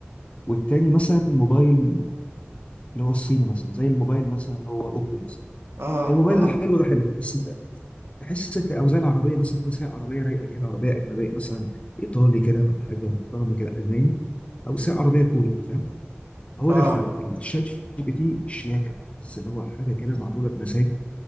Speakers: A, on the left (about 30°); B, on the right (about 75°).
A: والتاني مثلا موبايل اللي هو الصيني مثلا زي الموبايل مثلا اللي هو الاوبو مثلا
B: اه
A: الموبايل
B: اه
A: ده حلو ده حلو بس انت تحس انت او زي العربيه مثلا كل ساعه عربيه رايقه كده عربيه اجنبيه مثلا ايطالي كده ولا حاجه محترمه كده الماني او ساعه عربيه كوري فاهم هو
B: آه.
A: ده الفرق الشات جي بي تي شياكه بقى تحس اللي هو حاجه كده معموله بمزاج